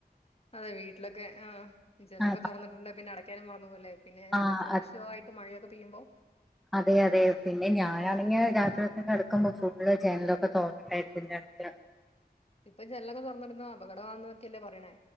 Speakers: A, on the left; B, in the centre.
A: അതെ വീട്ടിലൊക്കെ ആ ജനലൊക്കെ
B: ആ
A: തൊറന്നിട്ടുണ്ട് പിന്നെ, അടക്കാനും മറന്ന് പോവും ലെ. പിന്നെ
B: ആ
A: അപ്രതീക്ഷിതമായിട്ട്-
B: അത്
A: മഴയൊക്കെ പെയ്യുമ്പോ-
B: അതെ അതെ പിന്നെ ഞാനാണെങ്കിൽ രാത്രി ഒക്കെ- കെടക്കുമ്പോൾ ഫുള്ള് ജനലൊക്കെ തൊറന്നിട്ടായിരിക്കും കെടക്ക.
A: ഇപ്പം ജനലൊക്കെ തൊറന്നിടുന്ന- അപകടമാണോക്കെ അല്ലേ പറയ്ണ്.